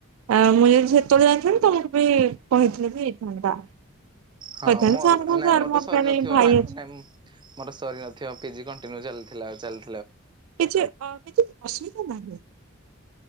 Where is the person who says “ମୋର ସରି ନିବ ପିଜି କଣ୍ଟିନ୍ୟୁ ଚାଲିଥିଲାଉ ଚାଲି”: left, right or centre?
Right